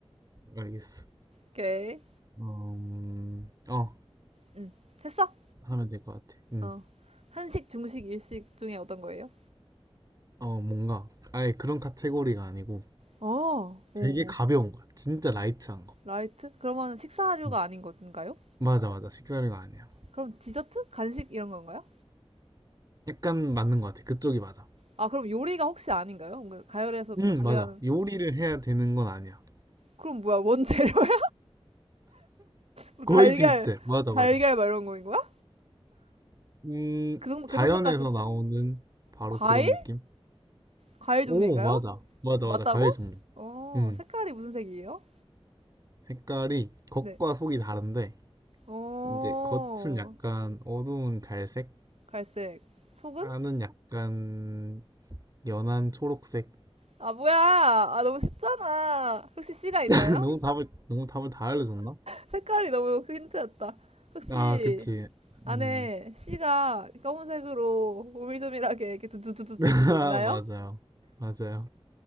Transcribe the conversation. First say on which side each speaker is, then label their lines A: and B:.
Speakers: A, on the right; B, on the right.
A: 알겠어.
B: 오케이.
A: 어, 음, 어,
B: 응. 됐어.
A: 하면 될 것 같아. 응
B: 어. 한식, 중식, 일식 중에 어떤 거예요?
A: 어, 뭔가, 아예 그런 카테고리가 아니고
B: 어, 오,
A: 되게
B: 오.
A: 가벼운 거야. 진짜 라이트한 거.
B: 라이트? 그러면 식사류가
A: 응
B: 아닌 건가요?
A: 맞아, 맞아. 식사류가 아니야.
B: 그럼 디저트? 간식 이런 건가요?
A: 약간 맞는 것 같아. 그쪽이 맞아.
B: 아, 그럼 요리가 혹시 아닌가요? 뭔가 가열해서 뭔가
A: 응,
B: 조리하는.
A: 맞아. 요리를 해야 되는 건 아니야.
B: 그럼 뭐야, 원재료야? <laughs>
A: 거의
B: 달걀,
A: 비슷해. 맞아,
B: 달걀
A: 맞아.
B: 막 이런 거인 거야?
A: 음,
B: 그 정도, 그
A: 자연에서
B: 정도까진.
A: 나오는 바로
B: 과일?
A: 그런 느낌?
B: 과일
A: 오,
B: 종류인가요?
A: 맞아. 맞아,
B: 맞다고?
A: 맞아. 과일 종류.
B: 어,
A: 음,
B: 색깔이 무슨 색이에요?
A: 색깔이 겉과
B: 네.
A: 속이 다른데,
B: 어,
A: 이제 겉은 약간 어두운 갈색,
B: 갈색. 속은?
A: 안은 약간 연한 초록색.
B: 아, 뭐야! 아, 너무 쉽잖아. 혹시 씨가 있나요?
A: <laughs> 너무 답을, 너무 답을 다 알려줬나?
B: 색깔이 너무 힌트였다. 혹시
A: 아, 그치.
B: 안에
A: 음,
B: 씨가 검은색으로 오밀조밀하게 이렇게 두두두두두두
A: <laughs> 아,
B: 있나요?
A: 맞아요. 맞아요.